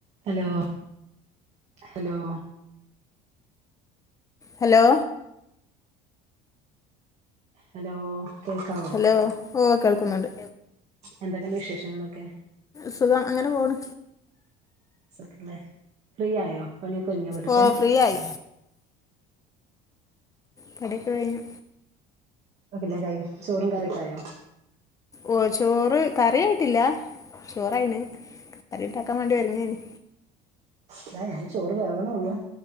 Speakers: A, on the right; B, on the left.
A: Hello hello
B: hello
A: hello കേൾക്കാവോ
B: hello ഓ കേൾക്കുന്നുണ്ട്
A: എന്തൊക്കെണ്ട് വിശേഷങ്ങളൊക്കെ
B: സുഖം അങ്ങനെ പോണ്
A: ഓക്കെല്ലേ ഫ്രീ ആയോ പണിയൊക്കെ ഒതുങ്ങിയ വീട്ട്ത്തെ
B: ഓ ഫ്രീ ആയി പണിയൊക്കെ കയ്ഞ്ഞു
A: ക്കല്ലേ കൈ ചോറും കറിക്കായോ
B: ഓ ചോറ് കറായിട്ടില്ല ചോറായിന് കറിണ്ടാക്കാൻ വേണ്ടി ഒരുങ്ങേന്
A: ഇതാ ഞാൻ ചോറ് വേവണെള്ളൂ